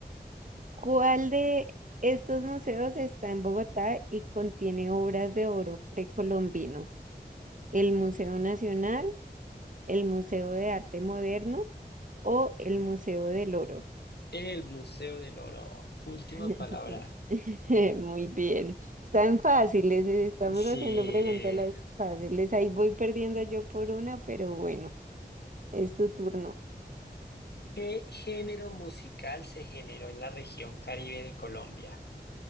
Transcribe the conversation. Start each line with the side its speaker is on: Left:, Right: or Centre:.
Right: ¿Cuál de estos museos está en Bogotá y contiene obras de oro precolombino? ¿El Museo Nacional, el Museo de Arte Moderno o el Museo del Oro?
Left: el Museo del Oro. Última
Right: <laughs>
Left: palabra.
Right: <laughs> Muy bien. Están fáciles, eh, estamos
Left: Sí.
Right: haciendo preguntas las fáciles. Ahí voy perdiendo yo por una, pero bueno, es tu turno.
Left: ¿Qué género musical se generó en la región Caribe de Colombia?